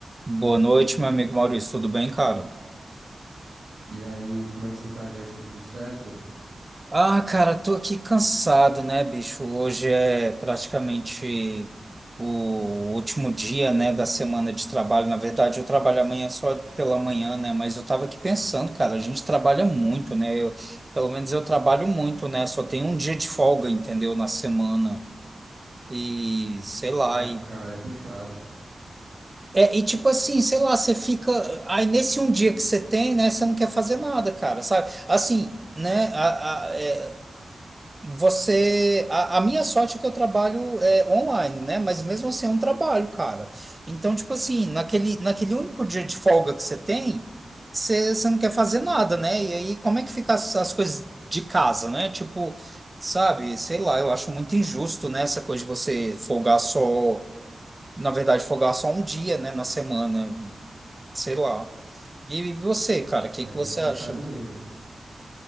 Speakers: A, on the right; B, on the right.
A: Boa noite, meu amigo Maurício. Tudo bem, cara?
B: E aí, como é que você tá, Gleison? Tudo certo?
A: Ah, cara, tô aqui cansado, né, bicho? Hoje é praticamente o último dia, né, da semana de trabalho. Na verdade, eu trabalho amanhã só pela manhã, né? Mas eu tava aqui pensando, cara, a gente trabalha muito, né? Eu- pelo menos eu trabalho muito, né? Só tem um dia de folga, entendeu? Na semana. E sei lá,
B: Ah, cara, é puxado.
A: É, e tipo assim, sei lá, você fica. Aí nesse um dia que você tem, né, você não quer fazer nada, cara, sabe? Assim, né, a, a- é, você. A, a minha sorte é que eu trabalho é, online, né, mas mesmo assim é um trabalho, cara. Então, tipo assim, naquele, naquele único dia de folga que você tem, você, você não quer fazer nada, né? E aí, como é que ficam as, as coisas de casa, né? Tipo, sabe, sei lá, eu acho muito injusto, né, essa coisa de você folgar só. Na verdade, folgar só um dia, né, na semana sei lá. E você, cara, o que
B: É
A: que
B: bem
A: você
B: puxado
A: acha?
B: mesmo.